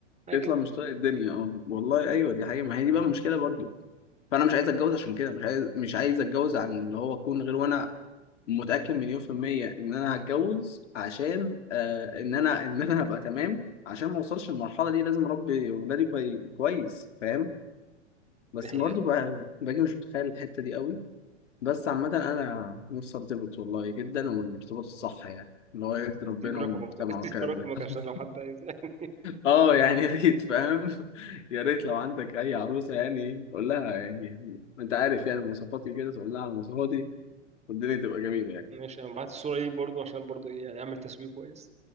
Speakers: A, on the right; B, on the left.
A: حاجة
B: اطلع
A: كده
B: مش
A: يعني.
B: طايق الدنيا اه والله ايوه دي حقيقة ما هي دي بقى المشكلة برضو فانا مش عايز اتجوز عشان كده مش عايز مش عايز اتجوز عن اللي هو اكون غير وانا متأكد مليون في المية إن أنا هتجوز عشان آه إن أنا إن أنا هبقى تمام عشان ما أوصلش المرحلة دي لازم أربي ولادي كوي... كويس فاهم بس
A: دي الحقيقة
B: برضه ب- باجي مش متخيل الحتة دي قوي بس عامة أنا نفسي أرتبط والله جدا والارتباط الصح يعني اللي هو يرضي ربنا
A: سيب رقمك
B: والمجتمع
A: بقى <laughs>
B: والكلام
A: سيب رقمك
B: ده <laughs>
A: عشان لو حد عايز <laughs>
B: اه يعني يا ريت فاهم <laughs> يا ريت لو عندك اي عروسه يعني قول لها يعني انت عارف يعني مواصفاتي كده تقول لها على مواصفاتي والدنيا تبقى جميله يعني
A: ماشي انا بعت الصورة دي برضو عشان برضو ايه يعني اعمل تسويق كويس